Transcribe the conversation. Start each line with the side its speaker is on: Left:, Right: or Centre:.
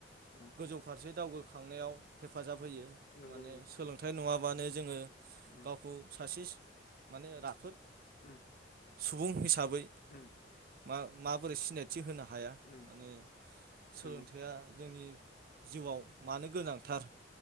Left: उम
Right: गोजौ फारसे दावगो खांनायाव हेफाजाब होयो
Left: नंगौ
Right: माने
Left: नंगौ
Right: सोलोंथाइ नङाबानो जोङो
Left: उम
Right: गावखौ सासे माने राफोद
Left: उम
Right: सुबुं हिसाबै
Left: उम
Right: मा माबोरै सिनायथि होनो हा हाया
Left: उम
Right: माने सोलोंथाइया
Left: नंगौ
Right: जोंनि जिउआव मानो गोनांथार